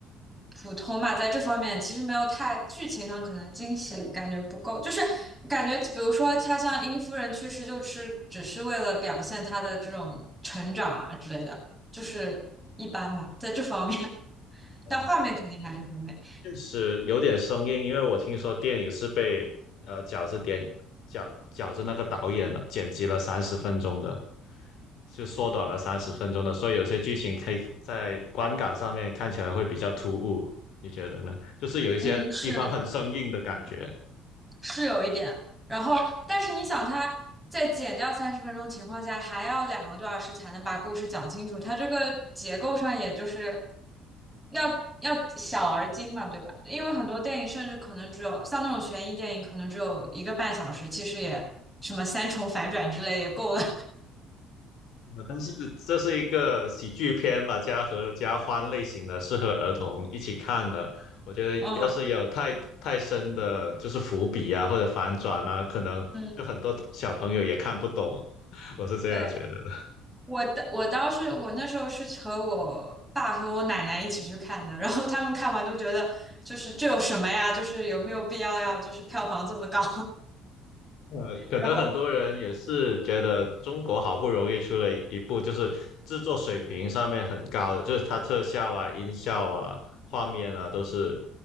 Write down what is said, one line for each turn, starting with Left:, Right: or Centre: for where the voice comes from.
Centre: 普通吧，在这方面其实没有太剧情上可能惊喜感觉不够，就是感觉比如说他像殷夫人去世，就是只是为了表现他的这种成长啊之类的，就是一般吧，在这方面，<laughs>
Left: 哦，
Centre: 但画面肯定还是很美。
Left: 确实有点生硬，因为我听说电影是被呃饺子点饺饺子那个导演剪辑了三十分钟的，就缩短了三十分钟的，所以有些剧情可以在观感上面看起来会比较突兀，你觉得呢？就是有一些地方很生硬的感觉。
Centre: 嗯，是的。是有一点。然后，但是你想，他在减掉三十分钟情况下，还要两个多小时才能把故事讲清楚，它这个结构上也就是要要小而精嘛，对吧？因为很多电影甚至可能只有像那种悬疑电影，可能只有一个半小时，其实也什么三重反转之类也够了。
Left: 呃，但是这是一个喜剧片吧，家和家欢类型的，适合儿童一起看的。我觉得要是有太太深的，
Centre: <laughs> 嗯
Left: 就是伏笔啊或者反转啊，可能就很多小朋友也看不懂。
Centre: 嗯，
Left: <laughs> 我是这样觉得的。
Centre: 对。我的我倒是我那时候是和我爸和我奶奶一起去看的，然后他们看完都觉得就是这有什么呀？就是有没有必要要就是票房这么高？
Left: 呃，可能很多人也是觉得中国好不容易出了一部，
Centre: <laughs> 然后
Left: 就是制作水平上面很高的，就是它特效啊、音效啊、画面啊，都是